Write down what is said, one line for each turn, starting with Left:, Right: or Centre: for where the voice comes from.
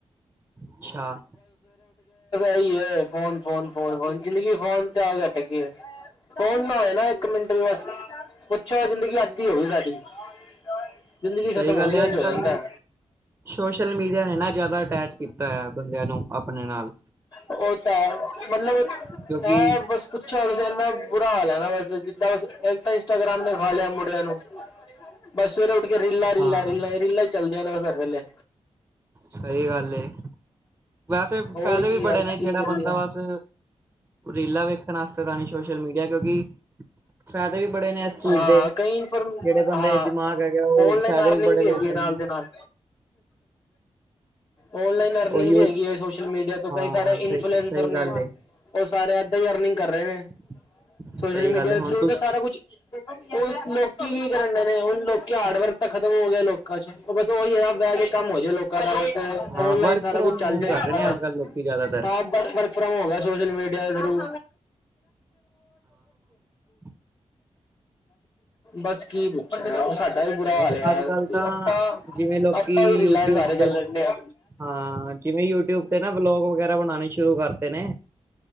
Right: ਅੱਛਾ
Left: ਇਹੀ ਹੈਂ । ਫ਼ੋਨ ਫ਼ੋਨ ਫ਼ੋਨ ਫ਼ੋਨ ਜ਼ਿੰਦਗੀ ਫ਼ੋਨ ਤੇ ਆ ਕੇ ਅੱਟਕਗੀ ਏਂ ਫ਼ੋਨ ਨਾ ਹੋਏ ਨਾ ਇੱਕ ਮਿੰਟ ਵੀ ਬਸ। ਪੁੱਛੋ ਜ਼ਿੰਦਗੀ ਅੱਧੀ ਹੋ ਗਈ ਸ਼ਾਡੀ। ਜ਼ਿੰਦਗੀ
Right: ਸਹੀ
Left: ਖ਼ਤਮ
Right: ਗੱਲ
Left: ਹੋ ਗਈਂ
Right: ਹੈ
Left: ।ਇੰਜ
Right: ਅੱਜ
Left: ਹੋ
Right: ਕੱਲ
Left: ਜਾਂਦਾਂ
Right: ਸੋਸ਼ਲ ਮੀਡੀਆ ਨੇਂ ਨਾ ਜ਼ਿਆਦਾ ਅਟੈਚ ਕੀਤਾਂ ਹੋਇਆ ਐ ਬੰਦਿਆਂ ਨੂੰ ਆਪਣੇਂ ਨਾਲ਼।
Left: ਉਹ ਤਾਂ ਹੈ ।ਮਤਲਬ
Right: ਕਿਉਂਕਿ
Left: ਹੈ ਬਸ ਪੁੱਛੋ ਤੁਸੀਂ। ਖਾ ਲੈਣਾ ਬਸ ਜਿੰਦਾਂ ਬਸ। ਇੱਕ ਤਾਂ ਇੰਸਟਾਗ੍ਰਾਮ ਨੇ ਖਾ ਲਿਆ ਮੁੰਡਿਆਂ ਨੂੰ। ਬਸ ਸਵੇਰੇ ਉੱਠ ਕੇ ਰੀਲਾਂ ਰੀਲਾਂ
Right: ਹਾਂ
Left: ਰੀਲਾਂ ਰੀਲਾਂ ਹੀ ਚੱਲਦੀਆਂ ਨੇਂ ਬਸ ਹਰ ਵੇਲ਼ੇ।
Right: ਸਹੀ ਗੱਲ਼ ਏ। ਵੈਸੇ
Left: ਹੋਰ
Right: ਫ਼ਾਇਦੇ ਵੀ
Left: ਕੀ ਯਾਰ
Right: ਬੜੇ ਨੇਂ
Left: ਕੀ
Right: ।ਜਿਹੜਾ
Left: ਕਰੀਏ
Right: ਬੰਦਾ ਬਸ। ਰੀਲਾਂ ਵੇਖਣ ਵਾਸਤੇ ਤਾਂ ਨੀਂ । ਸ਼ੋਸ਼ਲ ਮੀਡੀਆ ਕਿਉਂਕਿ। ਫਾਇਦੇ ਵੀ ਬੜੇ ਨੇ ਇਸ ਚੀਜ਼
Left: ਹਾਂ
Right: ਦੇ
Left: ਕਈ ਇਨਫੋਰਮ
Right: ਜਿਹੜੇ ਬੰਦੇ
Left: ਹਾਂ
Right: ਦਿਮਾਗ ਹੈਗੇ ਉਹ
Left: ਆਨਲਾਈਨ
Right: ਫਾਇਦੇ
Left: ਅਰਨਿੰਗ
Right: ਵੀ ਬੜੇ ਲੁੱਟ
Left: ਹੈਗੀ ਹੈ
Right: ਰਹੇ
Left: ਨਾਲ
Right: ਨੇ
Left: ਦੇ ਨਾਲ ਔਨਲਾਈਨ ਅਰਨਿੰਗ
Right: ਉਹ ਯੂ
Left: ਵੀ ਹੈਗੀ ਹੈ ਸੋਸ਼ਲ ਮੀਡੀਆ ਤੋਂ
Right: ਹਾਂ
Left: ਕਈ ਸਾਰੇ ਇਨਫਲੂਐਸਰ
Right: ਸਹੀ ਸਹੀ
Left: ਨੇ
Right: ਗੱਲ
Left: ਉਹ
Right: ਏ
Left: ਸਾਰੇ ਏਦਾਂ ਹੀ ਅਰਨਿੰਗ ਕਰ ਰਹੇ ਨੇ
Right: <inaudible>
Left: ਸੋਸ਼ਲ ਮੀਡੀਆ
Right: ਗੱਲ ਏ
Left: ਦੇ
Right: ਹੁਣ
Left: ਥਰੂ
Right: ਤੁਸ
Left: ਤੇ ਸਾਰਾ ਕੁਛ ਲੋਕੀ ਕੀ ਕਰਨ ਡ ਨੇਣ ਲੋਕੀ ਹਾਰਡ ਵਰਕ ਤਾਂ ਖਤਮ ਹੋ ਗਿਆ ਲੋਕਾਂ ਚਚ ਬਸ ਉਹੀਦਾ ਜੇ ਕੰਮ ਹੋ ਜਾਏ ਲੋਕਾਂ ਦਾ ਬ
Right: ਹਾਂ
Left: ਓਨਲਾਈਨ
Right: ਵਰਕ
Left: ਸਾਰਾ
Right: ਫਰੋਮ
Left: ਕੁਛ ਚੱਲ
Right: ਹੋਮ
Left: ਜਾਏਾਂ
Right: ਕਰ ਰਹੇ ਨੇ
Left: ਦਾ
Right: ਅੱਜ ਕੱਲ੍ਹ ਲੋਕੀ ਜ਼ਿਆਦਾਤਰ
Left: ਹਾਂ ਵਰਕ ਫਰਮ ਹੋ ਗਿਆ ਸੋਸ਼ਲ ਮੀਡੀਆ ਦੇ ਥਰੂ
Right: ਠ
Left: ਬੱਸ ਕੀ ਪੁੱਛਿਆ ਸਾਡਾ ਵੀ ਬੁਰਾ
Right: ਬਸ
Left: ਹਾਲ ਆ
Right: ਅੱਜ ਕੱਲ੍ਹ ਤਾਂ
Left: ਆਪ
Right: ਜਿਵੇਂ ਲੋਕੀ
Left: ਆਪਾਂ ਵੀ ਰਿਲਾਇੰ
Right: ਯੂਟਿਊਬ
Left: ਸਾਰੇ ਚੱਲਦੇ
Right: ਤੇ
Left: ਆ
Right: ਹਾਂ ਜਿਵੇਂ ਯੂਟਿਊਬ ਤੇ ਨਾ ਵਲੋਗ ਵਗੈਰਾ ਬਣਾਣੇ ਸ਼ੁਰੂ ਕਰਤੇ ਨੇ